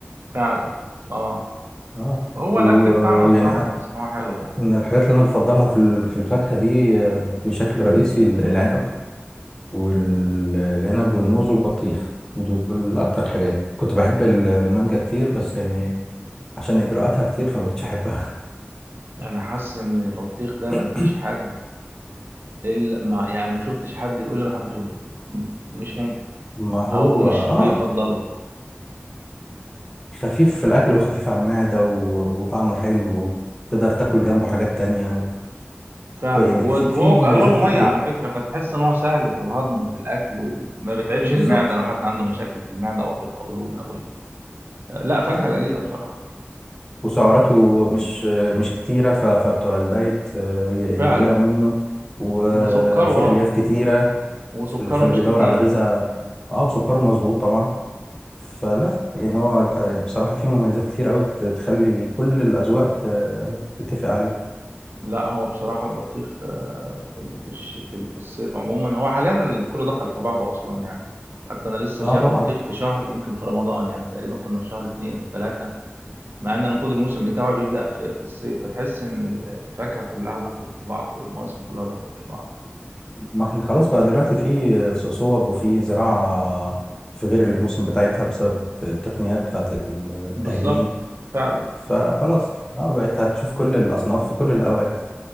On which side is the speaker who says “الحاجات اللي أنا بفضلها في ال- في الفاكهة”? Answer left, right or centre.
Left